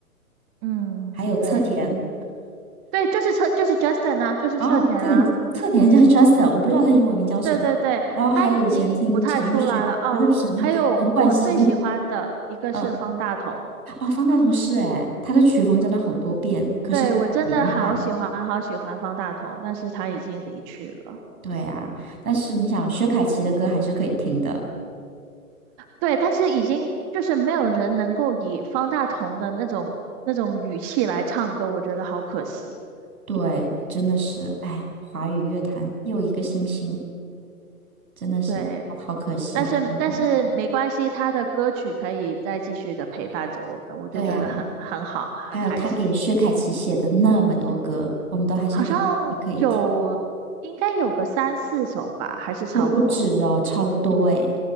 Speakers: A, on the right; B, on the right.
A: 嗯，
B: 还有侧田。
A: 对对，就是侧就是 Justin 啊，就是侧田啊。
B: 哦，特点特点叫 Justin，我不知道他英文名叫什么。
A: 对对对，
B: 然后还有以前听陈奕迅，
A: 他已经不太出来了哦。
B: 不对，什么是陈冠希，
A: 还有我最喜欢的一个是方大同，
B: 嗯，哦，方大同是哎，他的曲风真的好多变，可是真的很遗憾。
A: 对，我真的好喜欢好喜欢方大同，但是他已经离去了。
B: 对啊，但是你想，薛凯琪的歌还是可以听的。
A: 对，但是已经就是没有人能够以方大同的那种那种语气来唱歌，我觉得好可惜。
B: 对，真的是，哎，华语乐坛又一个新星，真的是好好可惜，
A: 对，但是但是没关系，
B: 好遗憾。
A: 他的歌曲可以再继续的陪伴着我们，我就觉得很很好，
B: 对啊，还有他给薛凯琪写的那么多歌，
A: 很开心。
B: 我们都还是还还可以听，
A: 好像有，应该有个三四首吧，还是超过？
B: 可不止哦，超多哎。